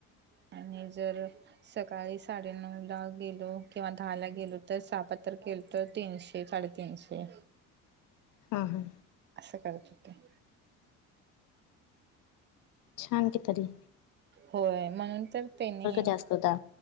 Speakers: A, on the right; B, on the left.
A: आणि जर सकाळी साडेनऊ ला गेलो किंवा दहा ला गेलो तर सबात्र केल. तर तीनशे साडेतीनशे
B: हा हा
A: असं करत होते.
B: छान कि तली
A: होय म्हणून तर त्यांनी
B: जास्त होता